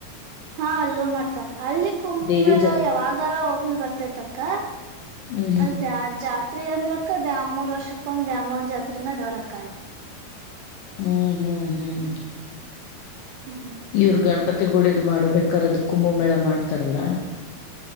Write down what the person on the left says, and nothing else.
ದೇವಿ
ಜಾತ್
ಹ್ಮ್
ಹ್ಮ್ ಹ್ಮ್ ಹ್ಮ್
ಇವ್ರ ಗಣಪತಿ ಗುಡಿದ್ ಮಾಡಬೇಕಾರರೆ ಅದು ಕುಂಬ ಮೇಳ ಮಾಡ್ತಾರಲ್ಲ